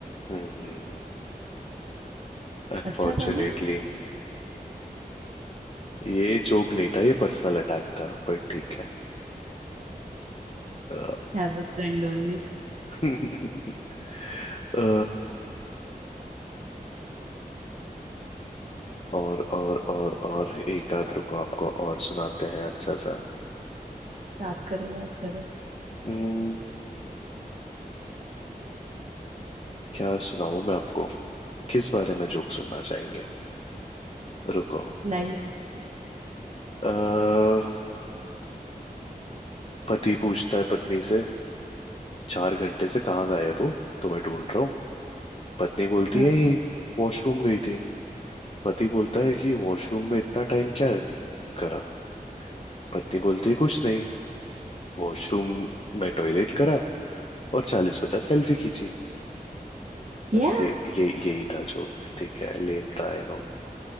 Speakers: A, on the left; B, on the right.
A: हम्म अनफॉर्चुनेटली
B: अच्छा था ना ये
A: ये जोक नहीं था ये पर्सनल अटैक था पर ठीक है अ,
B: As a friend only
A: <laughs> अ, और और और और एक आध रुको आपको और सुनाते हैं अच्छा सा
B: याद करो याद करो
A: हम्म, क्या सुनाऊं मैं आपको किस बारे में जोक सुनना चाहेंगे रुको
B: लाइफ
A: अ, पति पूछता है पत्नी से चार घंटे से कहाँ गायब हो तुम्हें ढूंढ रहा हूँ पत्नी बोलती
B: हाँ
A: है ये वॉशरूम गई थी पति बोलता है कि वॉशरूम में इतना टाइम क्या करा पत्नी बोलती है कुछ नहीं वॉशरूम में टॉयलेट करा और चालीस पचास सेल्फी खींची
B: क्या
A: बस ये ये यही था जोक ठीक है लेम था आई नो